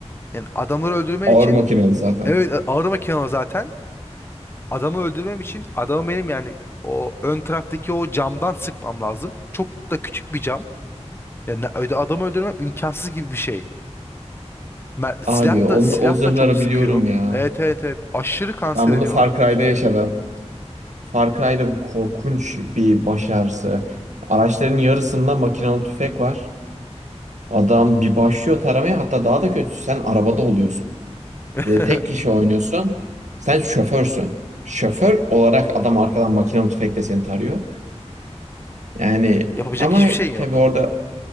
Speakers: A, on the left; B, on the right.
A: Yani adamları öldürmen
B: Ağır
A: için
B: makinalı zaten.
A: evet ağır makinalı zaten. adamı öldürmem için adamı benim yani o ön taraftaki o camdan sıkmam lazım. Çok da küçük bir cam. Yani öde- adamı öldürmem imkansız gibi bir şey. Mer- silah
B: Abi onu,
A: da silah
B: o zırhları
A: da çok sıkıyor.
B: biliyorum ya.
A: Evet evet evet. Aşırı kanser
B: Ben bunu
A: ediyorlar.
B: Far Cry'da yaşadım. Far Cry'da bu korkunç bir baş ağrısı. Araçların yarısında makinalı tüfek var. Adam bir başlıyor taramaya hatta daha da kötüsü sen arabada oluyorsun.
A: <laughs>
B: Ve tek kişi oynuyorsun. Sen şoförsün. Şoför olarak adam arkadan makinalı tüfekle seni tarıyor. Yani
A: Yapacak
B: ama
A: hiçbir şeyin yok.
B: tabii orada